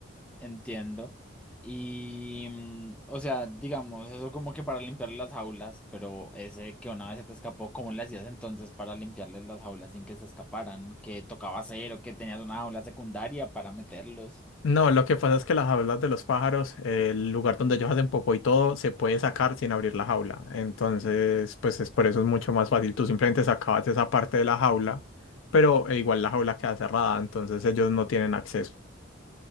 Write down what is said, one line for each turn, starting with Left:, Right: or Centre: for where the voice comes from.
Centre: Entiendo. Y, mm, o sea, digamos, eso como que para limpiar las jaulas, pero ese que una vez se te escapó, ¿cómo le hacías entonces para limpiarles las jaulas sin que se escaparan? ¿Qué tocaba hacer o que tenías una jaula secundaria para meterlos?
Left: No, lo que pasa es que las jaulas de los pájaros, el lugar donde ellos hacen popó y todo, se puede sacar sin abrir la jaula. Entonces, pues es por eso es mucho más fácil. Tú simplemente sacabas esa parte de la jaula, pero eh, igual la jaula queda cerrada, entonces ellos no tienen acceso.